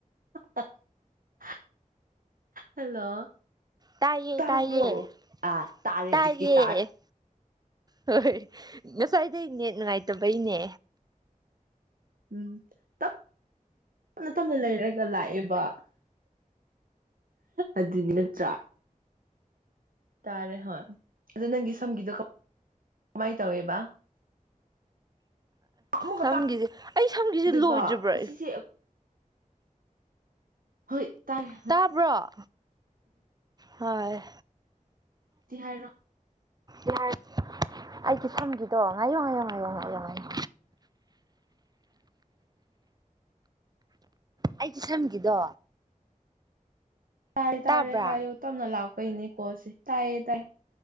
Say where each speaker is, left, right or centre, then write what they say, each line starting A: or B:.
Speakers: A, on the right (about 85°); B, on the right (about 30°).
A: <unintelligible> hello
B: ꯇꯥꯏꯌꯦ
A: ꯇꯕ꯭ꯔꯣ
B: ꯇꯥꯏꯌꯦ
A: ꯑ ꯇꯔ
B: ꯇꯥꯏꯌꯦ
A: ꯑꯦꯖꯤꯛꯇ ꯇꯔ
B: ꯍꯣꯏ ꯉꯁꯥꯏꯗꯩꯅꯦ ꯅꯨꯡꯉꯥꯏꯇꯕꯩꯅꯦ
A: ꯎꯝ ꯇꯞꯅ ꯇꯞꯅ ꯂꯩꯔꯒ ꯂꯥꯛꯑꯦꯕ ꯑꯗꯨꯗꯤ ꯅꯠꯇ꯭ꯔꯥ ꯇꯥꯔꯦ ꯍꯣꯏ ꯑꯗꯨ ꯅꯪꯒꯤ ꯁꯝꯒꯤꯗꯣ ꯀꯃꯥꯏꯅ ꯇꯧꯋꯦꯕ ꯑꯃꯨꯛꯀ
B: ꯁꯝꯒꯤꯁꯦ ꯑꯩ ꯁꯝꯒꯤꯁꯦ
A: ꯇꯥꯗꯦꯕ
B: ꯂꯣꯏꯗ꯭ꯔꯤꯕ꯭ꯔꯣ
A: ꯑꯁꯤꯁꯦ
B: ꯑꯩ
A: ꯍ ꯇꯥꯏꯔꯦ
B: ꯇꯥꯕ꯭ꯔꯣ ꯍꯣꯏ
A: ꯇꯤꯍꯔ
B: ꯌꯥꯍ ꯑꯩꯒꯤ ꯁꯝꯒꯤꯗꯣ ꯉꯥꯏꯌꯣ ꯉꯌꯣ ꯉꯥꯌꯣ ꯉꯥꯏꯌꯣ ꯉꯥꯏꯌꯣ
A: <unintelligible>
B: ꯑꯩꯒꯤ ꯁꯝꯒꯤꯗꯣ
A: ꯇꯥꯔꯦ ꯇꯥꯔꯦ
B: ꯇꯥꯕ꯭ꯔꯥ
A: ꯍꯥꯏꯌꯣ ꯇꯞꯅ ꯂꯥꯛꯄꯩꯅꯦꯀꯣ ꯁꯤꯦ ꯇꯥꯏꯌꯦ ꯇꯥꯏ